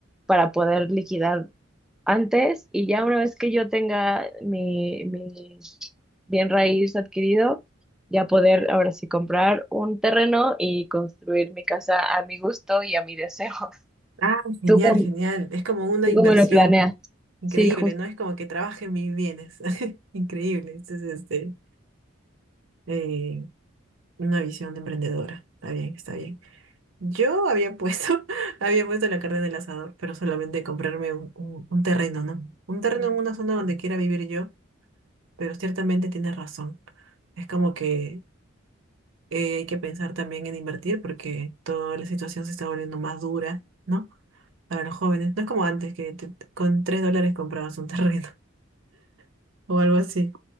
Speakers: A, in the centre; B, on the right.
A: para poder liquidar antes y ya una vez que yo tenga mi, mi bien raíz adquirido, ya poder ahora sí comprar un terreno y construir mi casa a mi gusto y a mi deseo. <laughs>
B: Ah, genial,
A: ¿Tú cómo,
B: genial. Es como una
A: tú
B: inversión.
A: cómo lo planeas?
B: Increíble,
A: Sí, justo.
B: ¿no? Es como que trabaje en mis bienes. <laughs> Increíble. Entonces, este, eh, una visión de emprendedora. Está bien, está bien. Yo había puesto, <laughs> había puesto la carne en el asador, pero solamente comprarme un, un- un terreno, ¿no? Un terreno en una zona donde quiera vivir yo, pero ciertamente tienes razón. Es como que eh, hay que pensar también en invertir porque toda la situación se está volviendo más dura, ¿no? Para los jóvenes. No es como antes que te- te- con tres dólares comprabas un terreno <laughs> o algo así.